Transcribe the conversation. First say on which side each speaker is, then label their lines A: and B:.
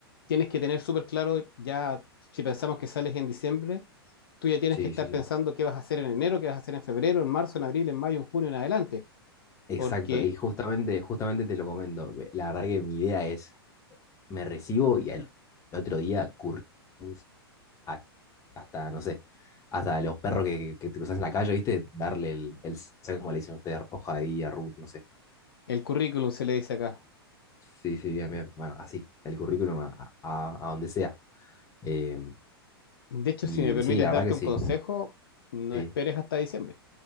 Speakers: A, on the left (about 60°); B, on the left (about 25°).
A: tienes que tener súper claro ya, si pensamos que sales en diciembre, tú ya tienes
B: Sí,
A: que estar
B: sí, sí.
A: pensando qué vas a hacer en enero, qué vas a hacer en febrero, en marzo, en abril, en mayo, en junio, en adelante,
B: Exacto,
A: porque
B: y justamente, justamente te lo comento. ve- La verdad que mi idea es, me recibo y al otro día currículums a- hasta, no sé, hasta los perros que, que, que te cruzas en la calle, ¿viste? Darle el, el no sé cómo le dicen ustedes, hoja de vida, root, no sé.
A: el currículum se le dice acá.
B: Sí, sí, bien, bien. Bueno, así, el currículum a, a- a donde sea. Eh,
A: De hecho,
B: y,
A: si me permites
B: y sí, la verdad
A: darte
B: que sí,
A: un consejo, no
B: sí.
A: esperes hasta diciembre.